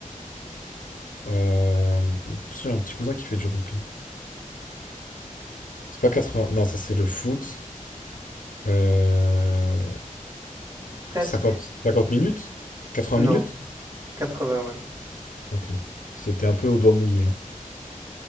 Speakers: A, on the left (about 75°); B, on the right (about 25°).
A: Euh, en plus, j'ai un petit cousin qui fait du rugby. C'est pas 80. Non, ça c'est le foot. Euh,
B: C'est Presque.
A: cinquante cinquante minutes? quatre-vingts
B: Non.
A: minutes?
B: quatre-vingts. ouais.
A: Ok. C'était un peu au doigt mouillé. hein.